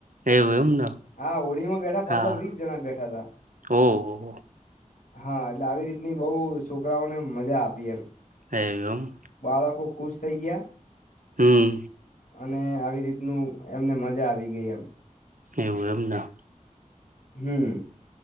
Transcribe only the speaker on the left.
હા હોળીમાં બેઠા પંદર
વીસ જણા બેઠા હતા
હા એટલે આવી રીતની બહુ છોકરાઓને મજા આપી એમ
બાળકો ખુશ થઈ ગયા
અને આવી રીતનું એમને મજા આવી ગઈ એમ
હમ